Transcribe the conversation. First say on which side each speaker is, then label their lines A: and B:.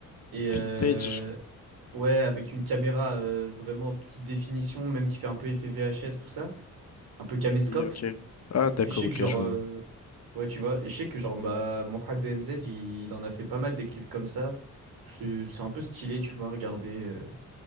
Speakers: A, on the right (about 80°); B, on the left (about 45°).
A: Et euh,
B: Vintage?
A: ouais, avec une caméra euh, vraiment petite définition, même qui fait un peu effet VHS, tout ça. Un peu caméscope.
B: Oui, ok. Ah, d'accord,
A: Et je sais
B: ok,
A: que genre.
B: je
A: euh,
B: vois.
A: Ouais, tu vois. Et je sais que genre bah, Mohad de MZ, il, il en a fait pas mal des clips comme ça. C'est c'est un peu stylé, tu vois, regardez. euh,